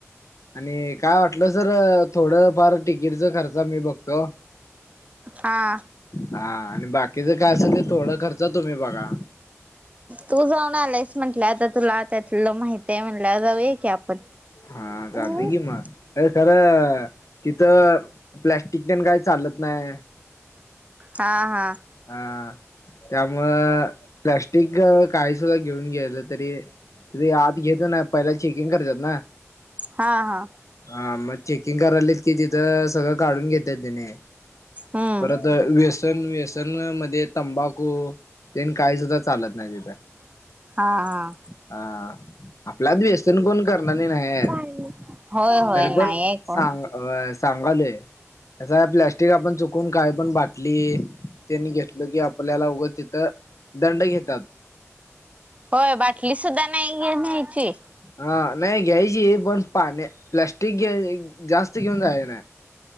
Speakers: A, on the left; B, on the right.
A: आणि काय वाटलंच तर थोडं फार तिकीट च खर्च मी बघतो. <inaudible>
B: हा.
A: हा आणि बाकीचं काय असेल ते थोडा खर्च तुम्ही बघा.
B: तू जाऊन आलास म्हंटलाय आता तुला त्यातलं माहितीये म्हंटल्यावर जाऊया की आपण.
A: हा चालतंय
B: हम्म
A: की मग. तर खरं तिथं प्लास्टिक तेन काय चालत नाय.
B: हा हा.
A: हा त्यामुळं प्लॅस्टिक काही सुद्धा घेऊन गेलं तरी तिथे आत घेतच नाही. पहिला चेकिंग करतात ना.
B: हा हा
A: हा, मग चेकिंग करायलात की तिथं सगळं काढून घेतेत त्यांनी.
B: हम्म
A: परत व्यसन, व्यसन मध्ये तंबाखू. तेन काही सुद्धा चालत नाही तिथं.
B: हा. हा.
A: हा आपल्यात व्यसन कोण करणारी नाहीत.
B: होय होय
A: तरी पण
B: नाही आहे कोण
A: सांग अ सांगालोय अस प्लॅस्टिक आपण चुकून काय पण बाटली त्यांनी घेतलं की आपल्याला उगं तिथं दंड घेतात.
B: होय बाटली सुद्धा नाही घेऊन यायची?
A: हा नाही घ्यायची पण पाणी प्लॅस्टिक घ जास्त घेऊन जायचं नाही.